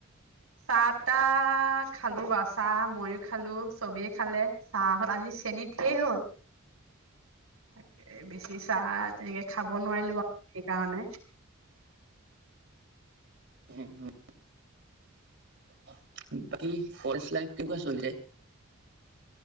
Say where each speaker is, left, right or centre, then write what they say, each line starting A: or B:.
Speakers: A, on the right; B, on the right.
A: চাহ তাহ খালো বাৰু চাহ ময়ো খালো চবেই খালে চাহ হত আজি চেনীত ঢেৰ হল তাকে বেছি চাহ তেনেকে খাব নোৱাৰিলো বাৰু সেইকাৰণে
B: উম উম। উ। কি ফৰেষ্ট লাইফ কেনেকুৱা চলিছে?